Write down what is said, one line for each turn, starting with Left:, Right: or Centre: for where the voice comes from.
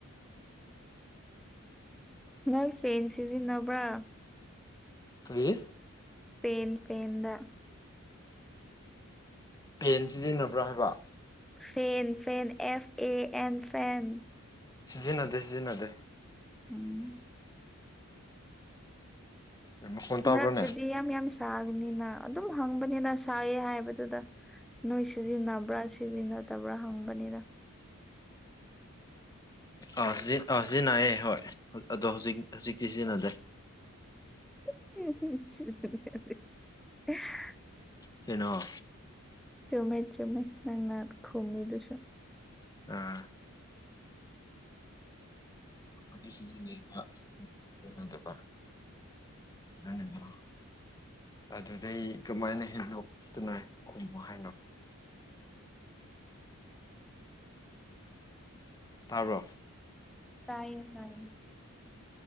Centre: ꯅꯣꯏ ꯐꯦꯟ ꯁꯤꯖꯤꯟꯅꯕ꯭ꯔꯥ
Left: ꯀꯔꯤ
Centre: ꯄꯦꯟ ꯄꯦꯟꯗ
Left: ꯄꯦꯟ ꯁꯤꯖꯤꯟꯅꯕ꯭ꯔꯥ ꯍꯥꯏꯕ
Centre: ꯐꯦꯟ ꯐꯦꯟ ꯑꯦꯐ ꯑꯦ ꯑꯦꯟ ꯐꯦꯟ
Left: ꯁꯤꯖꯤꯟꯅꯗꯦ ꯁꯤꯖꯤꯟꯅꯗꯦ
Centre: ꯎꯝ
Left: ꯃꯈꯣꯟ ꯇꯥꯕ꯭ꯔꯥꯅꯦ
Centre: ꯃꯔꯛꯇꯗꯤ ꯌꯥꯝ ꯌꯥꯝ ꯁꯥꯒꯅꯤꯅ ꯑꯗꯨꯝ ꯍꯪꯕꯅꯤꯗ ꯁꯥꯏꯑꯦ ꯍꯥꯏꯕꯗꯨꯗ ꯅꯣꯏ ꯁꯤꯖꯤꯟꯅꯕ꯭ꯔꯥ ꯁꯤꯖꯤꯟꯅꯗꯕ꯭ꯔꯥ ꯍꯪꯕꯅꯤꯅ
Left: ꯑꯥ ꯁꯤ ꯑꯥ ꯁꯤꯖꯤꯟꯅꯩꯌꯦ ꯍꯣꯏ ꯑꯗꯣ ꯍꯧꯖꯤꯛ ꯍꯧꯖꯤꯛꯇꯤ ꯁꯤꯖꯤꯟꯅꯗ꯭ꯔꯦ
Centre: <inaudible> <unintelligible>
Left: ꯀꯩꯅꯣ
Centre: ꯆꯃꯦ ꯆꯃꯦ ꯅꯪꯅꯥ ꯈꯨꯝꯃꯤꯗꯨꯁꯨ
Left: ꯑꯥ ꯑꯃꯗꯤ ꯁꯤꯖꯤꯟꯅꯒꯦꯅꯗꯕ <unintelligible> ꯅꯤ <inaudible> ꯑꯗꯨꯗꯩ ꯀꯃꯥꯏꯅ ꯍꯦꯟꯗꯣꯛꯇꯅ ꯈꯨꯝꯃꯨ ꯍꯥꯏꯅꯣ ꯇꯥꯕ꯭ꯔꯣ
Centre: ꯇꯥꯏꯌꯦ ꯇꯥꯏ